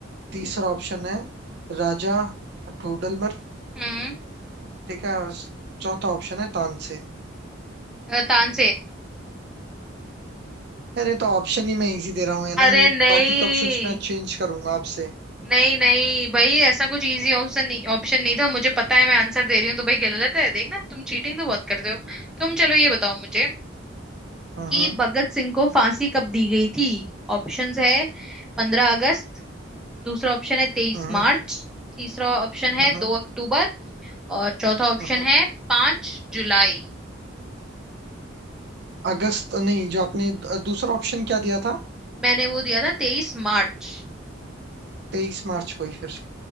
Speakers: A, on the right; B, in the centre.
A: तीसरा ऑप्शन है राजा डोडलमर
B: हम्म
A: ठीक है और चौथा ऑप्शन है तानसेन
B: अ, तानसेन
A: यार ये तो ऑप्शन ही मैं इजी दे रहा हूँ है ना
B: अरे
A: ये
B: नहीं
A: बाकी के ऑप्शंस मैं चेंज करूंगा आपसे
B: नहीं नहीं भाई ऐसा कुछ इजी ऑप्शन नहीं ऑप्शन नहीं था मुझे पता है मैं आंसर दे रही हूँ तो भाई गलत है देखना तुम चीटिंग तो बहुत करते हो तुम चलो ये बताओ मुझे
A: हाँ
B: कि भगत सिंह को फांसी कब दी गई थी ऑप्शंस है पंद्रह अगस्त दूसरा ऑप्शन है तेईस
A: हाँ
B: मार्च तीसरा ऑप्शन है
A: हाँ
B: दो अक्टूबर और चौथा ऑप्शन
A: हाँ
B: है पांच जुलाई
A: अगस्त नहीं जो आपने द- दूसरा ऑप्शन क्या दिया था
B: मैंने वो दिया था तेईस मार्च
A: तेईस मार्च को ही फिर